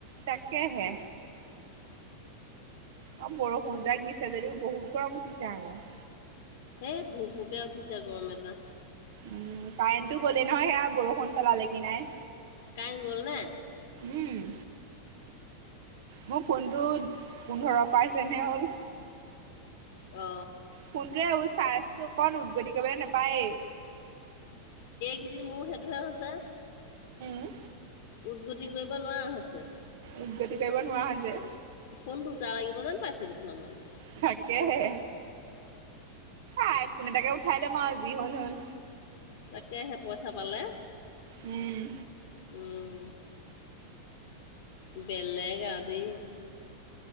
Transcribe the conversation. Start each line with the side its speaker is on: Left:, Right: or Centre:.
Right: তাকে হে
Left: উম
Right: অ বৰষুণ যাক দিছে যদিও বহুত গৰম উঠিছে আক।
Left: এইেই ভু ভোকে উঠিছে গৰম এটা।
Right: উম কাৰেণ্টো গলেই নহয় সেয়া বৰষুণ পেলালে কি নাই
Left: কাৰেণ্ট গ'লনে
Right: উম মোৰ ফোনটো পোন্ধৰ পাৰ্চেন্ত হে হ'ল
Left: অ
Right: কোনটোৱে এই চাৰ্জটো অকণ উদ্গতি কৰিবলৈ নাপায়েই
Left: কিন্তু মই সেইটো হে হৈছে ছে
Right: উ
Left: উদগতি কৰিব নোৱাৰা হৈছে
Right: উদগতি কৰিব নোৱাৰা হয় যে
Left: ফোন দুটা লাগিব যেন পাইছ দেখমান মাগে
Right: তাকেহে আইফন এটাকে উঠাই লম অঁ যি হল হল
Left: তাকেহে পইচা পালে।
Right: উম
Left: উম বেলেগ আও দেই।